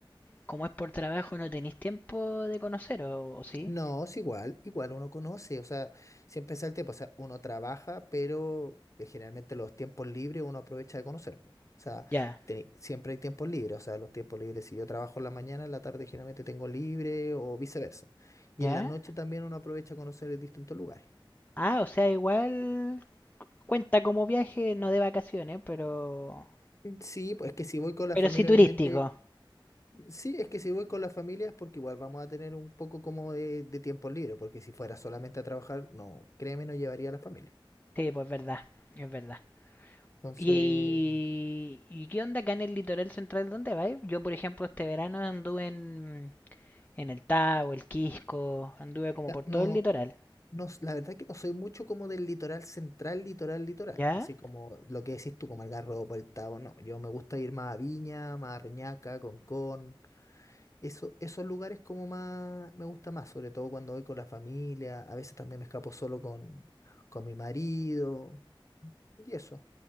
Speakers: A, on the left (about 20°); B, on the left (about 35°).
A: como es por trabajo, no tenéis tiempo de conocer, ¿o, o sí?
B: No, es igual, igual uno conoce, o sea, siempre es el tiempo, o sea, uno trabaja, pero eh, generalmente los tiempos libres uno aprovecha de conocer, po. O sea,
A: Ya,
B: teni- siempre hay tiempos libres, o sea, los tiempos libres, si yo trabajo en la mañana, en la tarde generalmente tengo libre o viceversa. Y
A: ya.
B: en la noche también uno aprovecha a conocer distintos lugares.
A: Ah, o sea, igual cuenta como viaje, no de vacaciones, pero,
B: Mm, Sí, pues es que si voy con la
A: pero
B: familia,
A: sí turístico.
B: obviamente Sí, es que si voy con la familia es porque igual vamos a tener un poco como de, de tiempo libre, porque si fuera solamente a trabajar, no, créeme, no llevaría a la familia.
A: Sí, pues verdad, es verdad.
B: Entonces,
A: ¿Y, y qué onda acá en el litoral central? ¿Dónde vais? Yo, por ejemplo, este verano anduve en, en el Tabo, el Quisco, anduve como
B: ya,
A: por
B: no,
A: todo el litoral.
B: no, s- la verdad que no soy mucho como del litoral central, litoral, litoral,
A: ¿Ya?
B: así como lo que decís tú, como el Garrobo, el Tabo, no, yo me gusta ir más a Viña, más a Reñaca, Concón, eso, esos lugares como más, me gusta más, sobre todo cuando voy con la familia, a veces también me escapo solo con, con mi marido y eso